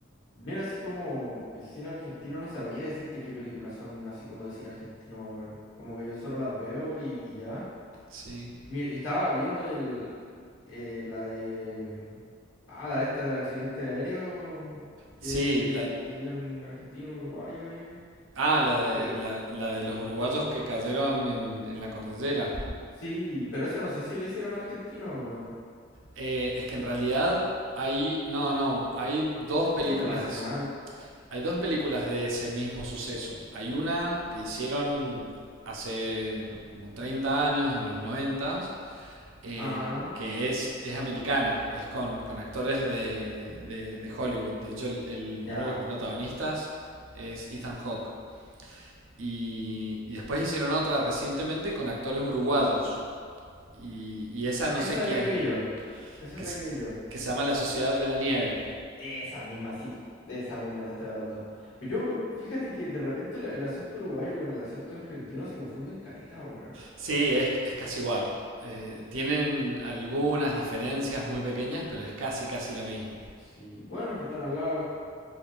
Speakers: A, on the left; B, on the right.
A: Mira, así como el cine argentino, no sabría decirte qué películas son así como de cine argentino, weón. Como que yo solo las veo y, y ya.
B: Sí.
A: Mira, estaba viendo el, eh, la de... Ah, la de esta del accidente aéreo
B: Sí,
A: que, que,
B: la,
A: que vivió en argentino, uruguayo. eh.
B: ah, la de,
A: Pero-
B: la, la de los uruguayos que cayeron en, en la cordillera.
A: sí, pero esa no sé si la hicieron argentino, weón.
B: Eh, es que en realidad hay, no, no, hay dos
A: Es
B: películas
A: como internacional.
B: Hay dos películas de ese mismo suceso. Hay una que hicieron hace como 30 años, en los noventas eh,
A: Ah,
B: que es, es americana, es con, con actores de, de- de Hollywood. De hecho, el- el-
A: ya.
B: uno de los protagonistas es Ethan Hawke. Y, y después hicieron otra recientemente con actores uruguayos. Y, y esa no
A: Esa
B: sé
A: es
B: quién,
A: la que vi yo. Esa
B: que,
A: es la que vi yo.
B: que se llama La Sociedad de la Nieve.
A: Esa misma, sí. De esa misma te estoy hablando. Pero yo, pues, fíjate que de repente el, el acento uruguayo con el acento argentino se confunden caleta, weón.
B: Sí, es, es casi igual. Eh, tienen algunas diferencias muy pequeñas, pero es casi, casi lo mismo.
A: Sí, bueno, que están al lado,